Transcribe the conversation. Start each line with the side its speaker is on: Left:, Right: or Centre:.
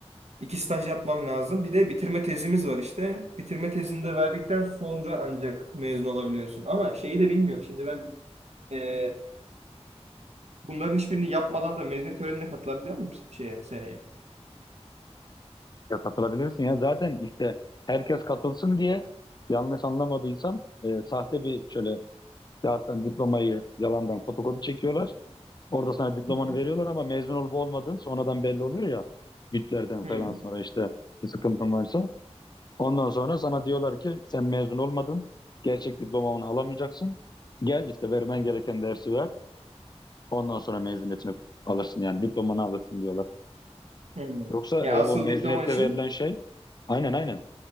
Right: İki staj yapmam lazım. Bir de bitirme tezimiz var işte. Bitirme tezini de verdikten sonra ancak mezun olabiliyorsun. Ama şeyi de bilmiyorum. Şimdi ben e, bunların hiçbirini yapmadan da mezuniyet törenine katılabiliyor muyum şeye seneye?
Left: Ya katılabilirsin ya. Zaten işte herkes katılsın diye yanlış anlamadıysam e, sahte bir şöyle kağıttan diplomayı yalandan fotokopi çekiyorlar. Orada sana diplomanı
Right: Hı.
Left: veriyorlar ama mezun olup olmadığın sonradan belli oluyor ya. Bütlerden
Right: Hı.
Left: falan sonra işte bir sıkıntın varsa. Ondan sonra sana diyorlar ki sen mezun olmadın. Gerçek diplomanı alamayacaksın. Gel işte vermen gereken dersi ver. Ondan sonra mezuniyetini alırsın yani diplomanı alırsın diyorlar.
Right: Hı.
Left: Yoksa
Right: Ya
Left: e,
Right: asıl
Left: o mezuniyette
Right: diploma için
Left: verilen şey aynen aynen.